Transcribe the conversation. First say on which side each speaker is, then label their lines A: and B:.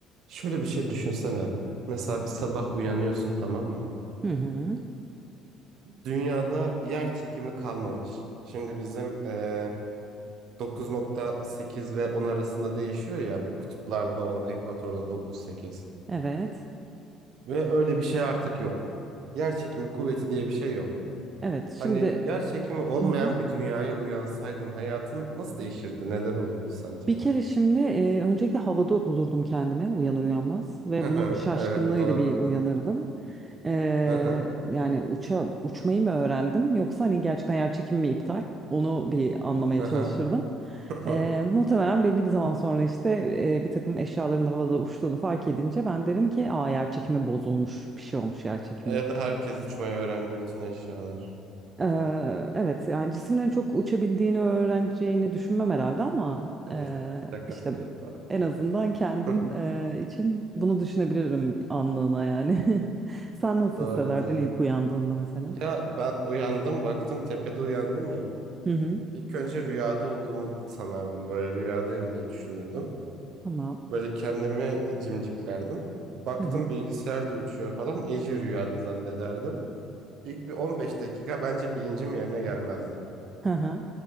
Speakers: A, on the right; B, on the right.
A: Şöyle bir şey düşünsene. Mesela bir sabah uyanıyorsun tamam mı?
B: Hı hı.
A: Dünyada yer çekimi kalmamış. Şimdi bizim eee, 9.8 ve 10 arasında değişiyor ya. Kutuplarda 10, ekvatorda 9.8.
B: Evet.
A: Ve öyle bir şey artık yok. Yer çekimi kuvveti diye bir şey yok.
B: Evet. Şimdi
A: Hani yer çekimi olmayan
B: Hı hı.
A: bir dünyaya uyansaydın hayatın nasıl değişirdi? Neler olurdu sence?
B: bir kere şimdi e, öncelikle havada bulurdum kendime uyanır uyanmaz ve
A: <laughs>
B: bunun şaşkınlığıyla
A: Evet doğru.
B: bir uyanırdım. Ee,
A: Hı hı.
B: yani uça uçmayı mı öğrendim yoksa hani gerçekten yer çekimi mi iptal? Onu bir anlamaya
A: Hı
B: çalışırdım.
A: hı. <laughs>
B: Ee, muhtemelen belli bir zaman sonra işte e, bir takım eşyaların da havada uçtuğunu fark edince ben derim ki aa yer çekimi bozulmuş bir şey olmuş yer çekimine.
A: Ya da herkes uçmayı öğrendi bütün eşyalar.
B: Eee, evet yani cisimlerin çok uçabildiğini öğreneceğini düşünmem herhalde ama
A: Evet,
B: eee,
A: şaka
B: işte
A: tabii doğru.
B: en azından kendim
A: <laughs>
B: eee, için bunu düşünebilirim anlığına yani. <laughs> Sen nasıl
A: Doğru
B: hissederdin
A: doğru.
B: ilk uyandığında mesela?
A: Ya ben uyandım baktım tepede uyandım ya.
B: Hı hı.
A: İlk önce rüyada olduğumu sanardım böyle rüyadayım diye düşünürdüm.
B: Tamam.
A: Böyle kendimi cimciklerdim. Baktım
B: Hı hı.
A: bilgisayar da uçuyor falan iyice rüyada zannederdim. İlk bir 15 dakika bence bilincim yerine gelmezdi.
B: Hı hı.